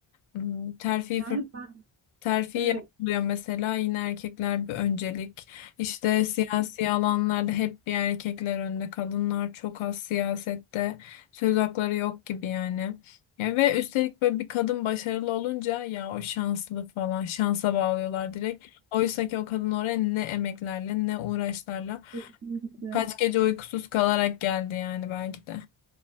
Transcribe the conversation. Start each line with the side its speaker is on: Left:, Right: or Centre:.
Left: M, Terfi
Right: Yani ben
Left: Terfi
Right: evet.
Left: yapılıyor mesela yine erkekler bir öncelik. İşte siyasi alanlarda hep bir erkekler önde. Kadınlar çok az siyasette. Söz hakları yok gibi yani. Ya ve üstelik böyle bir kadın başarılı olunca ya o şanslı falan şansa bağlıyorlar direkt. Oysa ki o kadın oraya ne emeklerle ne uğraşlarla
Right: Kesinlikle.
Left: kaç gece uykusuz kalarak geldi yani belki de.